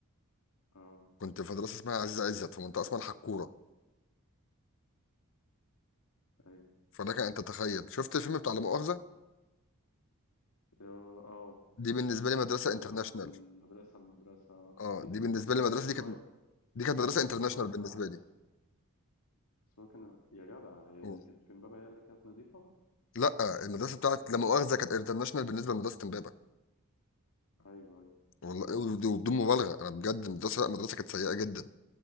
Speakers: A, on the left (about 85°); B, on the left (about 55°).
A: اه
B: كنت في مدرسه اسمها عزيز عزت في منطقه اسمها الحكوره
A: ايوه
B: فده كان انت تخيل شفت الفيلم بتاع لا مؤاخذه
A: اه آه،
B: دي بالنسبه لي مدرسه
A: لما
B: انترناشونال
A: راح من مدرسة لمدرسة
B: اه دي بالنسبه لي المدرسه
A: بس
B: دي كانت
A: هو
B: دي كانت مدرسه انترناشونال
A: بس هو كان
B: بالنسبه
A: العكس
B: لي
A: بس هو كان يا جدع يعني
B: والله
A: اللي كانت في امبابة هي اللي كانت نظيفة
B: لا المدرسه بتاعت لا مؤاخذه كانت انترناشونال بالنسبه لمدرسه امبابه
A: ايوه ايوه
B: والله ود- وبدون مبالغه انا بجد المدرسه لا مدرسه كانت سيئه جدا